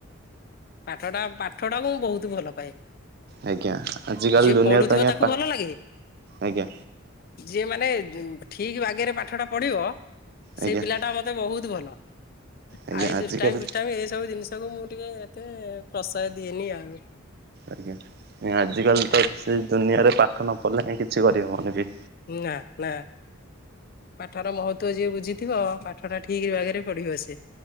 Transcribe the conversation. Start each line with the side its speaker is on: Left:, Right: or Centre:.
Left: ପାଠ ଟା ପାଠ ଟାକୁ ମୁଁ ବହୁତ ଭଲ ପାଏ।
Right: ଆଜ୍ଞା ଆଜିକାଲି
Left: ଯିଏ
Right: ଦୁନିଆରେ
Left: ପଢୁଥିବ
Right: ତ ଆଜ୍ଞା
Left: ତାକୁ
Right: ପା
Left: ଭଲ ଲାଗେ।
Right: ଆଜ୍ଞା
Left: ଯିଏ ମାନେ ଠିକ ବାଗେରେ ପାଠଟା ପଢିବ ସେଇ
Right: ଆଜ୍ଞା
Left: ପିଲା ଟା ମତେ ବହୁତ ଭଲ।
Right: ଆଜ୍ଞା
Left: ଆ ଏ
Right: ଆଜିକାଲି
Left: ଦୁଷ୍ଟାାମ ଫୁଷ୍ଟାମ ଏଇ ସବୁ ଜିନିଷକୁ ମୁଁ ଟିକେ ଏତେ ପ୍ରସୟ ଦିଏନି ଆଉ।
Right: ଆଜ୍ଞା ଆଜିକାଲି ତ
Left: ନା
Right: ସେ ଦୁନିଆରେ ପାଠ ନ ପଢିଲେ କିଛି କରିହବନି।
Left: ହୁଁ ନା ନା। ପାଠର ମହତଵ ଯିଏ ବୁଝିଥିବ ପାଠ ଟା ଠିକ ଆଗରେ ପଢିବ ସେ